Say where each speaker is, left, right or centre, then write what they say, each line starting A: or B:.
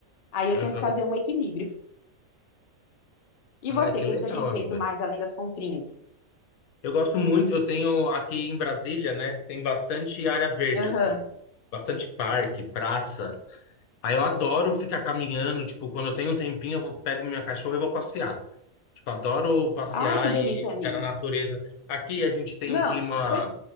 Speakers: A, on the left (about 55°); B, on the left (about 85°).
A: Aí eu
B: aham.
A: tento fazer um equilíbrio. E
B: Ai,
A: você,
B: que
A: o que
B: legal,
A: que você tem
B: amiga.
A: feito mais além das comprinhas?
B: Eu gosto muito, eu tenho aqui em Brasília, né? Tem bastante área verde,
A: Aham.
B: assim, bastante parque, praça. Aí eu adoro ficar caminhando, tipo, quando eu tenho um tempinho, eu vou- pego minha cachorra e vou passear. Tipo, adoro passear
A: Ai, que
B: e
A: delícia,
B: ficar
A: amigo.
B: na natureza. Aqui a gente tem
A: Não,
B: um clima,
A: cer-